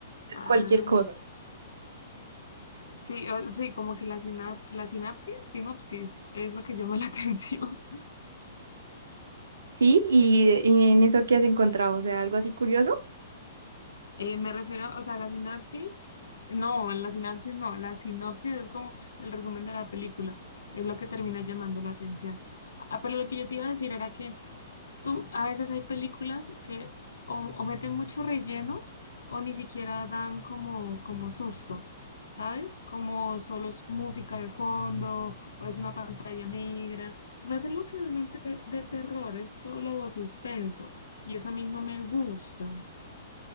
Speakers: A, on the right; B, on the left.
A: es
B: Ah,
A: cualquier cosa.
B: sí, o- sí, como que la, sina- la sinapsis, sinopsis, es lo que llama la <laughs> atención.
A: Sí, y, y en eso que has encontrado, o sea, algo así curioso.
B: Eh, me refiero, o sea, la sinapsis. No, la sinapsis no. La sinopsis es como el resumen de la película. Es lo que termina llamando la atención. Ah, pero lo que yo te iba a decir era que tú, a veces hay películas que o, o meten mucho relleno o ni siquiera dan como, como susto, ¿sabes? Como solo es música de fondo o es una pantalla negra. No es algo que realmente de, de terror, es solo suspenso. Y eso a mí no me gusta.